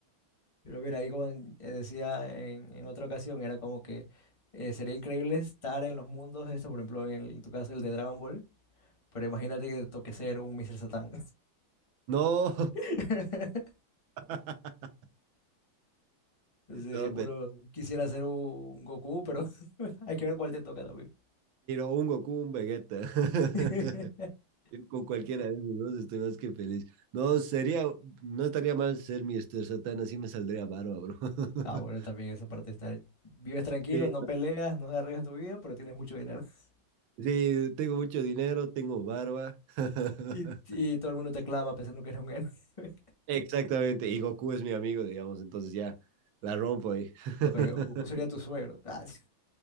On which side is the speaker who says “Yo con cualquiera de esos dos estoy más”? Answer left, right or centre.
Right